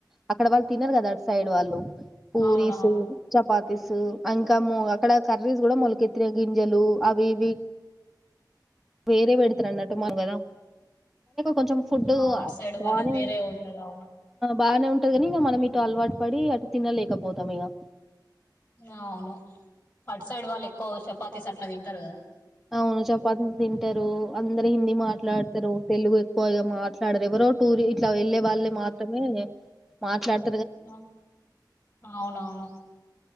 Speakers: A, in the centre; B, on the left.
A: అక్కడ వాళ్ళు తినరు కదా సైడ్ వాళ్ళు పూరీస్
B: అవునవును
A: చపాతీసు ఇంకా మ అక్కడ కర్రీస్ కూడా మొలకెత్తిినయి గింజలు అవిఇవి వేరే పెడుతురన్నటు మాంగదా కొంచెం ఫుడ్
B: ఆ అటు సైడ్
A: బానే
B: వాళ్ళది వేరే ఉంటది అవును
A: బాగానే ఉంటది కానీ ఇక మనం ఇటు అలవాటు పడి అటు తినలేకపోతాం ఇక
B: ఆ అవును అటు సైడ్ వాళ్ళు ఎక్కువ చపాతీస్ అట్లా తింటారు కదా
A: అవును చపాతి తింటరు అందరు హిందీ మాట్లాడతారు తెలుగు ఎక్కువగా మాట్లాడరు ఎవరో టూరి ఇట్లా వెళ్ళే వాళ్లు మాత్రమే మాట్లాడు
B: అ అవునవును